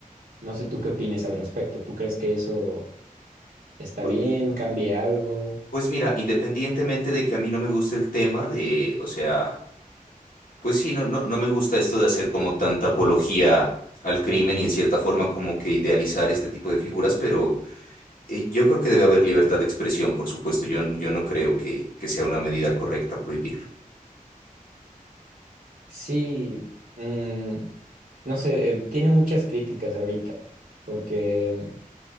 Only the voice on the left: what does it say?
Pu-
Pues mira, independientemente de que a mí no me guste el tema de, o sea Pues sí, no, no, no me gusta esto de hacer como tanta apología al crimen y en cierta forma como que idealizar este tipo de figuras, pero eh, yo creo que debe haber libertad de expresión, por supuesto. Yo, yo no creo que, que sea una medida correcta prohibirlo.